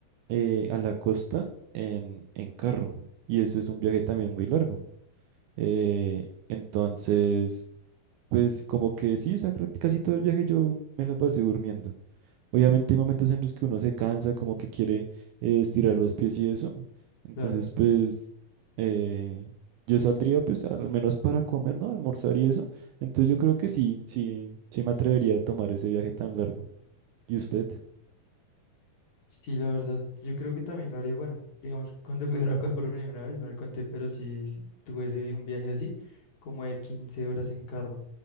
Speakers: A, on the right; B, on the left.
A: eh, a la costa en, en carro, y eso es un viaje también muy largo. Eh, entonces... Pues como que sí, o sea, creo casi todo el viaje yo me la pasé durmiendo. Obviamente hay momentos en los que uno se cansa, como que quiere eh, estirar los pies y eso. Entonces,
B: claro.
A: pues eh, yo saldría pues al menos para comer, ¿no? Almorzar y eso. Entonces yo creo que sí, sí, sí me atrevería a tomar ese viaje tan largo. ¿Y usted?
B: Sí, la verdad, yo creo que también lo haría, bueno, digamos, <laughs> cuando fui a Arauca por primera vez, no le conté, pero sí sí, tuve ese vi- un viaje así, como de 15 horas en carro.